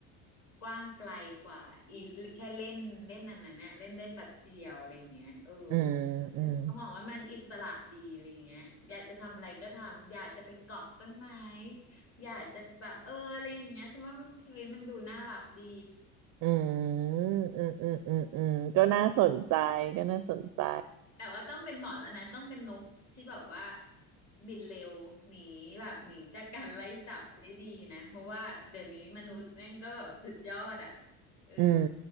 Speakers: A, on the left (about 35°); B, on the right (about 50°).
A: กว้างไกลกว่าอีแค่เล่นเล่นอันนั้นเนี่ยเล่นได้แป๊บเดียวอะไรอย่างเงี้ยเออ
B: อืมอืม
A: แล้วฉันก็มองว่ามันอิสระดีอะไรอย่างเงี้ยอยากจะทำอะไรก็ทำอยากจะไปเกาะต้นไม้อยากจะแบบเอออะไรอย่างเงี้ยฉันว่ามันชีวิตมันดูน่ารักดี
B: อืมอืมอืมอืมอืมก็น่าสนใจก็น่าสนใจ
A: เออ แต่ว่าต้องเป็นหมอร์ดแล้วนะต้องเป็นนกที่แบบว่าบินเร็วหนีแบบหนีจากการไล่จับได้ดีนะเพราะว่าเดี๋ยวนี้มนุษย์แม่งก็แบบสุดยอดอ่ะเออ
B: อืม